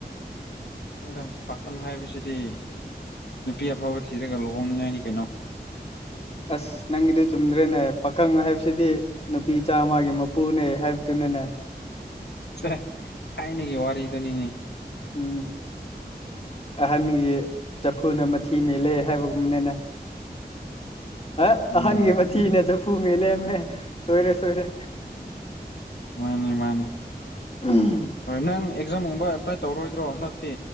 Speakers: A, on the left; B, on the left.
A: ꯑꯩꯅ ꯄꯥꯈꯪ ꯍꯥꯏꯕꯁꯤꯗꯤ ꯅꯨꯄꯤ ꯑꯐꯕ ꯊꯤꯔꯒ ꯂ ꯍꯣꯅꯤꯡꯉꯥꯏꯅꯤ ꯀꯩꯅꯣ
B: ꯑꯁ ꯅꯪꯒꯤꯗꯨ ꯆꯨꯝꯗ꯭ꯔꯦꯅꯦ ꯄꯥꯈꯪ ꯍꯥꯏꯕꯁꯤꯗꯤ ꯅꯨꯄꯤ ꯆꯥꯃꯒꯤ ꯃꯄꯨꯅꯦ ꯍꯥꯏꯕꯗꯨꯅꯅꯦ <unintelligible>
A: ꯁꯦꯁ ꯊꯥꯏꯅꯒꯤ ꯋꯥꯔꯤꯗꯨꯅꯤꯅꯦ
B: ꯎꯝ ꯑꯍꯟꯒꯤ ꯆꯐꯨꯅ ꯃꯊꯤ ꯃꯦꯜꯂꯦ ꯍꯥꯏꯕꯒꯨꯝꯕꯅꯤꯅꯦ
A: <inaudible>
B: ꯍꯦꯠ
A: ꯎꯝ
B: ꯑꯍꯥꯟꯒꯤ ꯃꯊꯤꯅ ꯆꯐꯨ ꯃꯦꯂꯦꯃꯦ ꯁꯣꯏꯔꯦ ꯁꯣꯏꯔꯦ
A: ꯃꯥꯅꯤ ꯃꯥꯅꯤ
B: ꯎꯝ
A: ꯍꯣꯏ ꯅꯪ ꯑꯦꯛꯖꯥꯝꯒꯨꯝꯕ ꯑꯦꯄ꯭ꯂꯥꯏ ꯇꯧꯔꯣꯏꯗ꯭ꯔꯣ ꯍꯟꯗꯛꯇꯤ